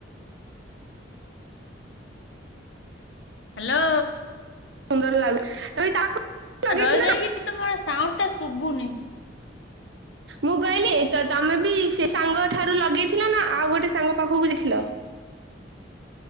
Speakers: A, on the left; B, on the right.
A: ହ୍ୟାଲୋ
B: ସୁନ୍ଦର ଲାଗୁ ତଇ ତାକୁ ଲଗେଇଥିଲ
A: ରହି ରହିକି ଦି ତମର ସାଉଣ୍ଡ ଟା ଶୁଭୁନି।
B: ମୁଁ କହିଲି ତ ତମେ ବି ସେ ସାଙ୍ଗ ଠାରୁ ଲଗେଇଥିଲ ନା ଆଉ ଗୋଟେ ସାଙ୍ଗ ପାଖକୁ ଯାଇଥିଲ?